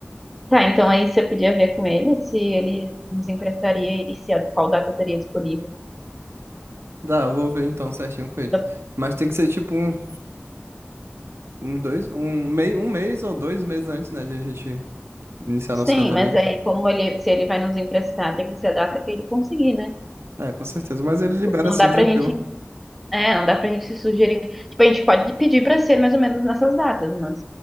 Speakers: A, in the centre; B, on the right.
A: Tá, então aí você podia ver com ele se ele nos emprestaria e se a- qual data teria disponível.
B: Dá, eu vou ver então certinho com ele.
A: Eu-
B: Mas tem que ser tipo uns, uns dois, um, mei, um mês ou dois meses antes, né, de a gente Iniciar
A: Sim,
B: nosso casamento.
A: mas aí como ele, se ele vai nos emprestar, tem que ser a data que ele conseguir, né?
B: É, com certeza. Mas ele libera
A: Não
B: assim,
A: dá
B: tranquilo.
A: pra gente, é, não dá pra gente se sugerir. Tipo, a gente pode pedir pra ser mais ou menos nessas datas, mas